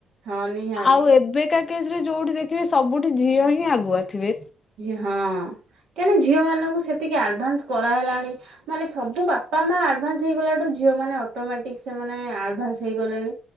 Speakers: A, on the right (about 80°); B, on the left (about 35°).
A: ହଁ ନିହାତି।
B: ଆଉ ଏବେ କା। କେସ୍ ରେ ଯୋଉଠି ଦେଖିବେ ସବୁଠି ଝିଅ ହିଁ ଆଗୁଆ ଥିବେ।
A: ହଁ କାହିଁକିନା ଝିଅ ମାନଙ୍କୁ ସେତିକି ଆଡଭାନ୍ସ କରାହେଲାଣି। ମାନେ ସବୁ ବାପା ମା ଆଡଭାନ୍ସ ହେଇଗଲାଠୁ ଝିଅ ମାନେ ଅଟୋମେଟିକ ସେମାନୋନ ଆଡଭାନ୍ସ ହେଇଗଲେଣି।